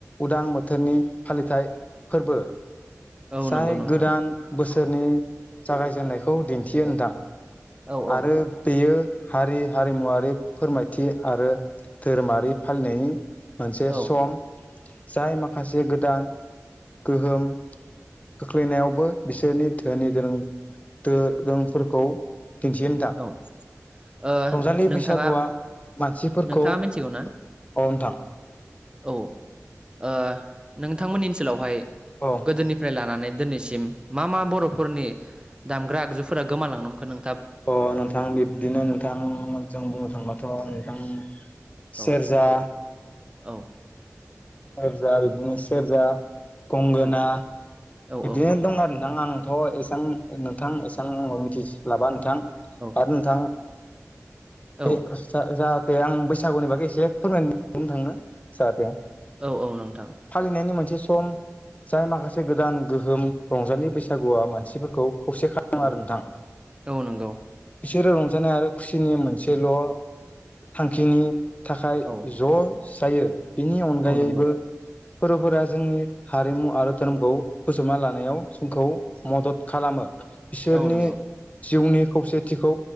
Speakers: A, on the left (about 25°); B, on the right (about 20°).
A: उदां बोथोरनि फालिथाय फोरबो
B: औ
A: जाय
B: नंगौ नोंथां
A: गोदान बोसोरनि जागायजेननायखौ दिन्थियो नोंथां।
B: औ औ
A: आरो बेयो हारि हारिमुवारि फोरमायथि आरो धोरोमारि फालिनायनि मोनसे
B: औ
A: सम जाय माखासे गोदान गोहोम खोख्लैनायावबो बिसोरनि धोनि दोरों दोरोंफोरखौ दिन्थियो नोंथां।
B: औ ओ
A: रंजालि
B: नोंथाङा
A: बैसागुआ मानसिफोरखौ
B: नोंथाङा
A: औ
B: मिथिगौ ना
A: नोथां।
B: औ ओ नोंथांमोननि ओनसोलावहाय
A: अ।
B: गोदोनिफ्राय लानानै दिनैसिम मा मा बर'फोरनि दामग्रा आगजुफोरा गोमालांनो हमखो नों
A: अ नोंथां बिब्दिनो नोंथां जों बुंनो थांबाथ' नोंथां
B: औ
A: सेरजा
B: औ।
A: सेरजा बिदिनो सेरजा गंगोना
B: औ औ
A: बिदिनो दं आरो नोंथां आंथ' ए सां नोंथां एसां मिथिस्लाबा नोंथां
B: औ
A: आरो नोंथां
B: औ
A: बे जा-जाहाथे आं बैसागुनि बागै एसे फोरमाय बुंनो थांनो जाहाथे
B: औ औ नोंथां।
A: फालिनायनि मोनसे सम जाय माखासे गोदान गोहोम रंजालि बैसागुआ मानसिफोरखौ खौसे खा लामो
B: औ
A: आरो नोंथां।
B: औ नंगौ
A: बिसोरो रंजानाय आरो खुसिनि मोनसेल' थांखिनि थाखाय
B: औ
A: ज' जायो बिनि अनगायै
B: औ नंगौ
A: फोरबोफोरा जोंनि हारिमु आरो धोरोमखौ बज'बना लानायाव जोंखौ मदद खालामो। बिसोरनि
B: औ नंगौ
A: जिउनि खौसेथिखौ